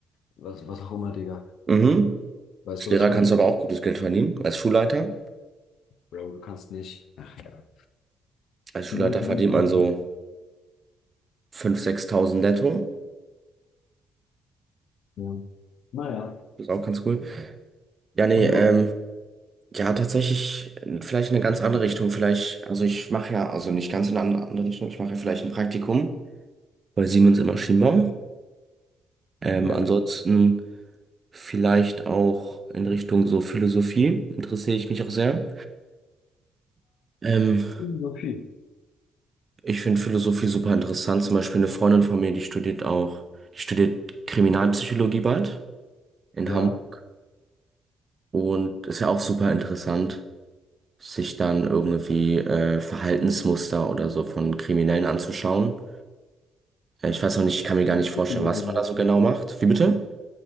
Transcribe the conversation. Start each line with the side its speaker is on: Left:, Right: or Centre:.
Left: was, was auch immer, Digga.
Right: Mhm.
Left: Weißt
Right: Als
Left: du,
Right: Lehrer
Left: was ich meine?
Right: kannst du aber auch gutes Geld verdienen. Als Schulleiter?
Left: Bro, du kannst nicht. Ach ja.
Right: Als Schulleiter
Left: Du wirst nicht
Right: verdient
Left: mal-
Right: man so 5.000, 6.000 netto.
Left: Ja. Naja,
Right: Das ist auch ganz cool. Ja, nee,
Left: Und du?
Right: ähm, ja, tatsächlich, äh, vielleicht in eine ganz andere Richtung. Vielleicht, also ich mache ja, also nicht ganz in eine andere andere Richtung, ich mache ja vielleicht ein Praktikum. bei Siemens in Maschinenbau. Ähm,
Left: ja.
Right: Mhm. ansonsten vielleicht auch in Richtung so Philosophie interessiere ich mich auch sehr. Ähm,
Left: Philosophie.
Right: ich finde Philosophie super interessant. Zum Beispiel eine Freundin von mir, die studiert auch, die studiert Kriminalpsychologie bald in
Left: Ja,
Right: Hamburg und ist ja auch super interessant, sich dann irgendwie äh, Verhaltensmuster oder so von Kriminellen anzuschauen. Äh, ich weiß noch nicht, ich kann mir gar nicht
Left: Psychologie
Right: vorstellen, was
Left: meinst
Right: man da so genau
Left: du?
Right: macht. Wie bitte?